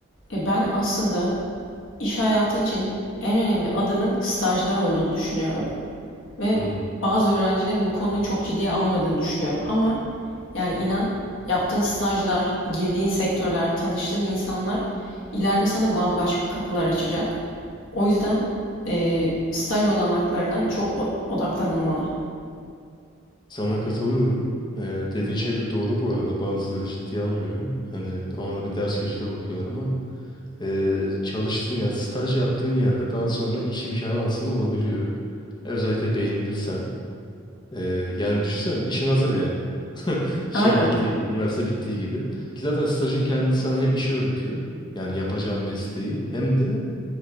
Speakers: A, on the left; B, on the left.
A: e, ben aslında İş hayatı için en önemli adımın stajlar olduğunu düşünüyorum ve
B: Hı hı.
A: bazı öğrencilerin bu konuyu çok ciddiye almadığını düşünüyorum ama yani inan yaptığın stajlar, girdiğin sektörler, tanıştığın insanlar ileride sana bambaşka kapılar açacak. O yüzden eee, staj olanaklarına çok odaklanılmalı.
B: Sana katılıyorum. E, dediğin şey de doğru bu arada. Bazıları ciddiye almıyor. Hani ona da bir ders gözüyle bakıyorlar ama e, çalıştığın yani staj yaptığın yerde daha sonra iş imkanı aslında olabiliyor. Özellikle beğenilirsen. E, yani düşünsene de işin hazır yani. Şey
A: Aynen.
B: bittiği gibi, üniversite bittiği gibi. Ki zaten stajın kendisi sana hem işi öğretiyor. Yani yapacağın mesleği hem de